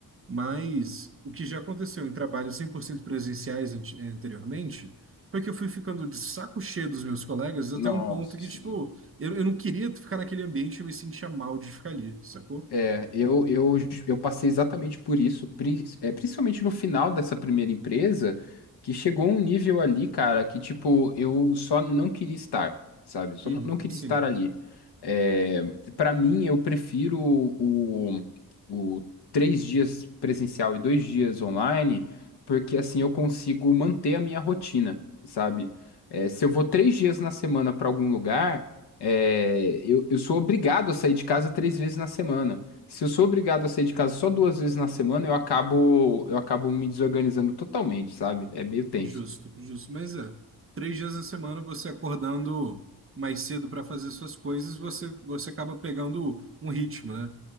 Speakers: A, on the right; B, on the left.
A: mas o que já aconteceu em trabalhos 100% presenciais ante- anteriormente foi que eu fui ficando de saco cheio dos meus colegas até
B: Nossa,
A: um ponto que,
B: sim.
A: tipo, eu, eu não queria ficar naquele ambiente, eu me sentia mal de ficar ali, sacou?
B: É, eu, eu, eu passei exatamente por isso, prin- é, principalmente no final dessa primeira empresa, que chegou um nível ali, cara, que tipo, eu só não queria estar, sabe? Só
A: Uhum.
B: não, não queria
A: Sim.
B: estar ali. É, para mim, eu prefiro o, o três dias presencial e dois dias online, porque assim eu consigo manter a minha rotina, sabe? É, se eu vou três dias na semana para algum lugar, é, eu, eu sou obrigado a sair de casa três vezes na semana. Se eu sou obrigado a sair de casa só duas vezes na semana, eu acabo, eu acabo me desorganizando totalmente, sabe? É meio tenso.
A: Justo, justo. Mas é, três dias a semana você acordando mais cedo para fazer suas coisas, você, você acaba pegando um ritmo, né?